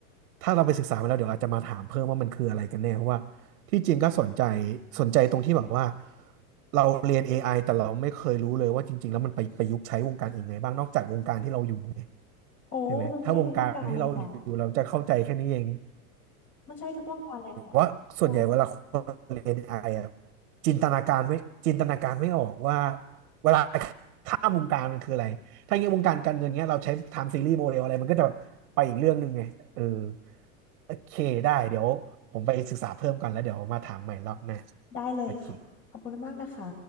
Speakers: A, on the right; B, on the left.
A: ถ้าเราไปศึกษามาแล้วเดี๋ยวอาจจะมาถามเพิ่มว่ามันคืออะไรกันแน่เพราะว่าที่จริงก็สนใจสนใจตรงที่แบบว่าเราเรียน AI แต่เราไม่เคยรู้เลยว่าจริงๆแล้วมันไปประยุกต์ใช้วงการอื่นไงบ้างนอกจากวงการที่เราอยู่ไง
B: โอ้มันใช้ทุกวงการเลยค่ะ
A: ใช่ไหมถ้าวงการที่เราอยู่เราจะเข้าใจแค่นี้เอง
B: มันใช้ทุกวงการเลยค่ะใช่
A: ว่าส่วนใหญ่เวลาคนเรียน AI อไออะจินตนาการไม่จินตนาการไม่ออกว่าเวลาข้ามวงการมันคืออะไรถ้าอย่างเงี้ยวงการการเงินเงี้ยเราใช้ไทม์ซีรีส์โมเดลอะไรมันก็จะไปอีกเรื่องหนึ่งไงเออโอเคได้เดี๋ยวผมไปศึกษาเพิ่มก่อนแล้วเดี๋ยวมาถามใหม่รอบหน้า
B: ได้เลยค่ะ
A: โอเค
B: ขอบคุณมากนะคะ